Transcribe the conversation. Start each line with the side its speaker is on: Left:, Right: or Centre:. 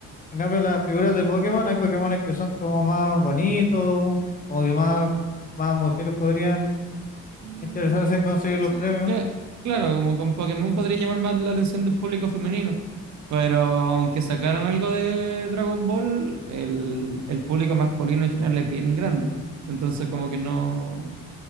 Left: En cambio, las figuras de Pokémon, hay Pokémones que son como más bonitos, como que más, más mujeres podrían
Right: Mm,
Left: interesados en conseguir
Right: claro,
Left: los
Right: sí.
Left: premios.
Right: cla- Claro, como con Pokémon podría llamar más la atención del público femenino. Pero aunque sacaran algo de Dragon Ball, el, el público masculino en general es bien grande. Entonces, como que no.